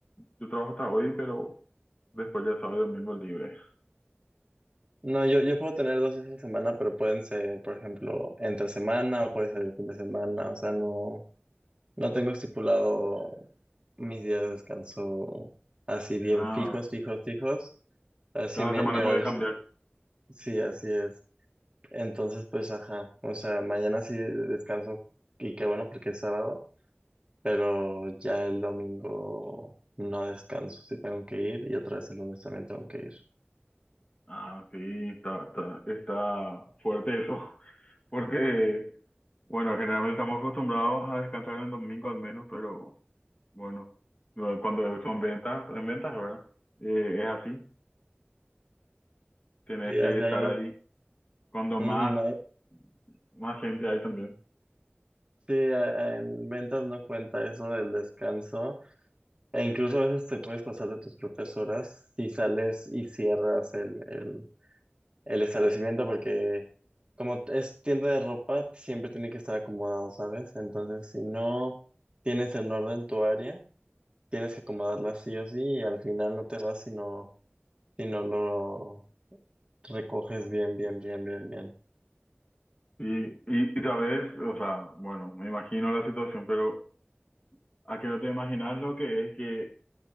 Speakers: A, on the left (about 30°); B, on the right (about 25°).
A: yo trabajo hasta hoy, pero después ya sábado y domingo libre.
B: no, yo, yo puedo tener dos días a la semana, pero pueden ser, por ejemplo, entre semana o puede ser el fin de semana. O sea, no, no tengo estipulado mis días de descanso así bien
A: Ah,
B: fijos, fijos, fijos. Así
A: cada
B: mi,
A: semana
B: mi horario,
A: puede cambiar.
B: sí, sí, así es. Entonces, pues, ajá. O sea, mañana sí descanso y qué bueno porque es sábado. pero ya el domingo no descanso, sí tengo que ir y otra vez el lunes también tengo que ir.
A: Ah, sí, está, está, está fuerte eso, <laughs> porque, bueno, generalmente estamos acostumbrados a descansar en domingo al menos, pero bueno, lo- cuando son ventas, en ventas, ¿verdad? Eh, es así, tienes
B: Sí,
A: que
B: así
A: estar
B: ahí no,
A: ahí cuando
B: ujú,
A: más,
B: ahí-
A: más gente hay también.
B: sí, eh, en ventas no cuenta eso del descanso e incluso a veces te puedes pasar de tus propias horas si sales y cierras el, el, el establecimiento porque como es tienda de ropa siempre tiene que estar acomodado, ¿sabes? Entonces si no tienes en orden tu área, tienes que acomodarla sí o sí y al final no te vas si no si no lo Recoges bien, bien, bien, bien, bien.
A: Y, y, y, sabes, o sea, bueno, me imagino la situación, pero ¿a qué no te imaginas lo que es que